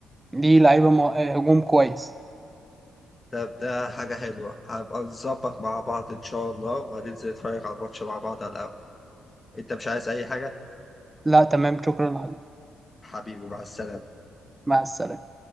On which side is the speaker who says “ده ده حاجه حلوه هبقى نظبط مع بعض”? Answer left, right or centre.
Left